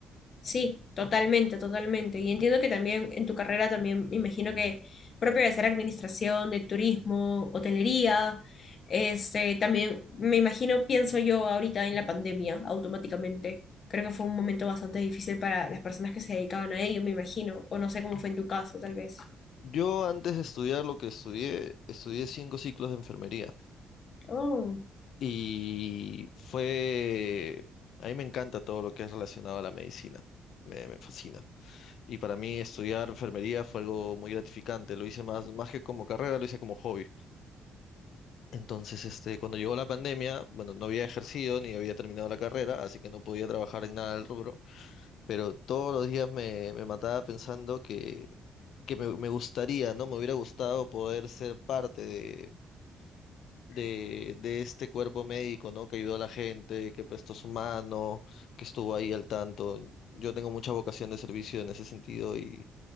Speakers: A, on the left; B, on the left.
A: Sí, totalmente, totalmente. Y entiendo que también en tu carrera también me imagino que propio de ser administración, de turismo, hotelería, este, también me imagino, pienso yo ahorita en la pandemia automáticamente. Creo que fue un momento bastante difícil para las personas que se dedicaban a ello, me imagino. O no sé cómo fue en tu caso, tal vez.
B: Yo antes de estudiar lo que estudié, estudié cinco ciclos de enfermería
A: Oh.
B: y fue... A mí me encanta todo lo que es relacionado a la medicina, me me fascina. y para mí estudiar enfermería fue algo muy gratificante. Lo hice más, más que como carrera, lo hice como hobby. Entonces, este, cuando llegó la pandemia, bueno, no había ejercido ni había terminado la carrera, así que no podía trabajar en nada del rubro, pero todos los días me, me mataba pensando que, que me, me gustaría, ¿no? Me hubiera gustado poder ser parte de... De, de este cuerpo médico, ¿no? Que ayudó a la gente, que prestó su mano, que estuvo ahí al tanto. Yo tengo mucha vocación de servicio en ese sentido y,